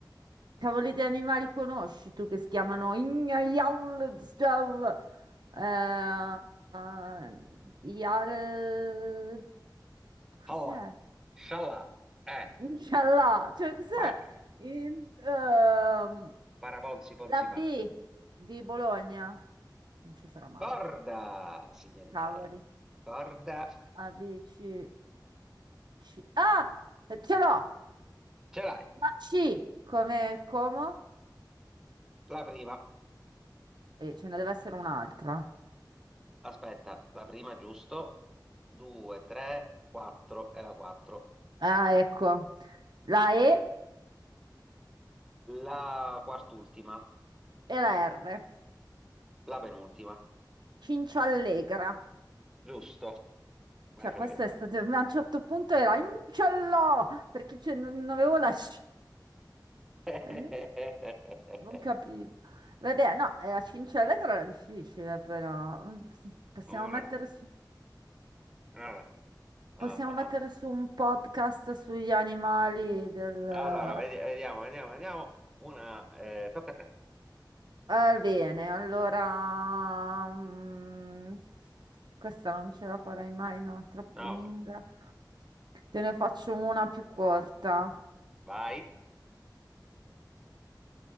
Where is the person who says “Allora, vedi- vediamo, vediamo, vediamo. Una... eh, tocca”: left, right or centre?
Centre